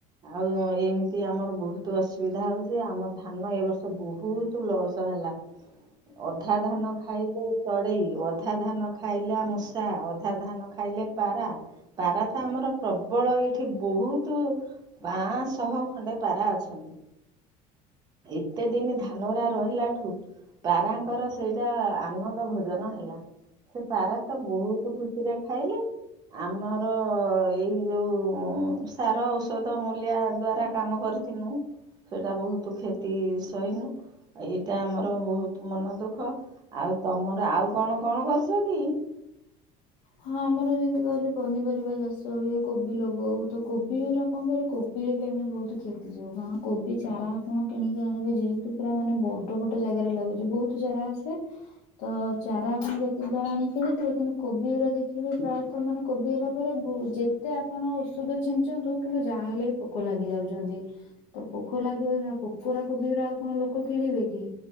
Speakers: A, on the right; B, on the left.
A: ଆଉ ଏମିତି ଆମର ବହୁତ ଅସୁବିଧା ହଉଛି ଆମ ଧାନ ଏ ବର୍ଷ ବହୁତ ଲସ୍। ହେଲା ଅଧା ଧାନ ଖାଇଲେ ଚଢେଇ ଅଧା ଧାନ ଖାଇଲା ମୂଷା ଅଧା ଧାନ ଖାଇଲେ ପାରା ପାରା ଆମର ପ୍ରବଳ ଏଇଠି ବହୁତ ପାଆଁଶହ ଖଣ୍ଡେ ପାରା ଅଛନ୍ତି। ଏତେ ଦିନ ଧାନରା ରହିଲା ଠୁ ପାରାଙ୍କର ସେଇଟା ଆନନ୍ଦ ଭୋଜନ ହେଲା। ସେ ପାରା ତ ବହୁତ ଖୁସିରେ ଖାଇଲେ ଆମର ଏଇ ଯୋଉ ସାର ଔଷଧ ମୂଲିୟା ଦ୍ଵାରା କାମ କରିଥିଲିନୁ। ସେଇଟା ବହୁତ କ୍ଷତି ସଇନୁ ଏଇଟା ଆମର ବହୁତ ମନ ଦୁଃ ଖ ଆଉ ତମର ଆଉ କଣ କଣ କରୁଛ କି?
B: ହଁ ଆମର ଯେମିତି କହିଲେ ପନିପରିବା ଚାଷ ହୁଏ କୋବି ଲଗଉ ତ କୋବି ର କଣ କହିଲେ କୋବିରେ ଆମେ ବହୁତ କ୍ଷତି ସୁ କାରଣ କୋବି ଚାରା ଆପଣ କିଣିକି ଆଣିବେ ଯେହେତୁ ପୁରା ମାନେ ବଡ ବଡ ଜାଗାରେ ବହୁତ ଚାରା ଆସେ ତ ଚାରା ଆପଣ ଯେତିକିର ଆଣ କୋବି ଗୁରା ଦେଖିବେ ପ୍ରାୟତଃ ମାନେ କୋବି ହେଲା ପରେ ଯେତେ ଆପଣ ଔଷଧ ଛିଞ୍ଚନ୍ତୁ କିନ୍ତୁ ଯା ତାହେଲେ ପୋକ ଲାଗି ଯାଉଛନ୍ତି ତ ପୋକ ଲାଗିବ ପୋକରା଼ କୋବିରା ଆଉ କଣ ଲୋକ କିଣିବେ କି?